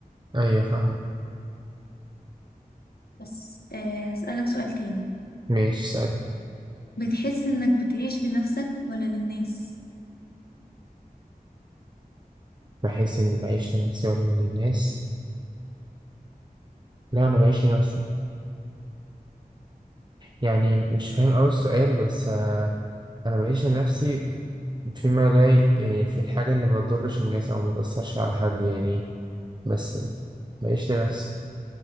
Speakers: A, on the right; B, on the left.
A: ايوه فاهم
B: بس آه، اسألك سؤال تاني
A: ماشي سألني
B: بتحس انك بتعيش لنفسك ولا للناس
A: بحس اني بعيش لنفسي ولا للناس لا انا بعيش لنفسي يعني مش فاهم أوي السؤال بس آه، أنا بعيش لنفسي فيما لا ي- يعني في الحاجة اللي ما تضرش الناس أو ما تأثرش على حد يعني بس بعيش لنفسي